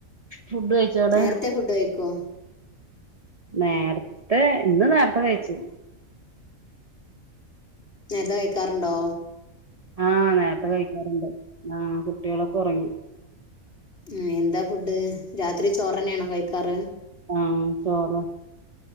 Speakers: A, on the right; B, on the left.
A: ഫുഡ് കഴിച്ചോടെ
B: നേരത്തെ ഫുഡ് കയ്ക്കോ
A: നേരത്തെ ഇന്ന് നേരത്തെ കഴിച്ചു
B: നേരത്തെ കഴിക്കാറ്ണ്ടോ
A: ആഹ് നേരത്തെ കഴിക്കാറുണ്ട് ആഹ് കുട്ടികളൊക്കെ ഉറങ്ങി.
B: ഉ എന്താ ഫുഡ് രാത്രി ചോറ്ന്നെയാണോ കഴിക്കാറ്
A: ആഹ് ചോറാ